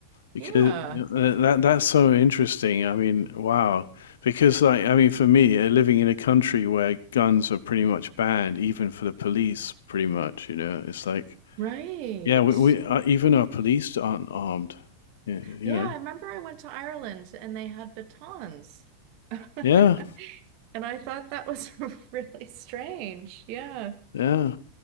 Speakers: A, on the left; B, on the right.
A: Because
B: Yeah.
A: you know, uh, that that's so interesting. I mean, wow. Because like I mean, for me, uh, living in a country where guns are pretty much banned, even for the police, pretty much, you know, it's like,
B: Right.
A: yeah, we, we uh, even our police aren't armed. y- You
B: Yeah,
A: know,
B: I remember I went to Ireland and they had batons. <laughs>
A: yeah,
B: And I thought that was <laughs> really strange. Yeah.
A: yeah.